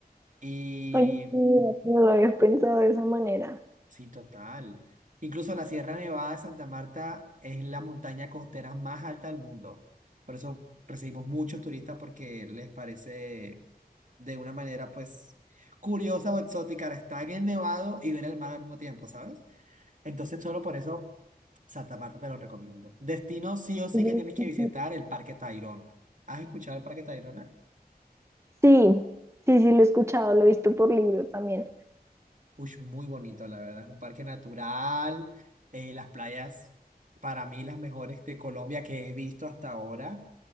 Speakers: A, on the right; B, on the right.
A: Y
B: Oye, sí, no lo había pensado de esa manera.
A: sí, total. Incluso la Sierra Nevada de Santa Marta es la montaña costera más alta del mundo. Por eso recibimos muchos turistas porque les parece de una manera, pues, curiosa o exótica estar en el nevado y ver el mar al mismo tiempo, ¿sabes? Entonces, solo por eso, Santa Marta te lo recomiendo. Destino sí o sí
B: Ujú.
A: que tienes que visitar el Parque Tayrona. ¿Has escuchado el Parque Tayrona?
B: Sí, sí, sí, lo he escuchado, lo he visto por libros también.
A: Uy, muy bonito, la verdad. Es un parque natural. eh, las playas, para mí, las mejores de Colombia que he visto hasta ahora.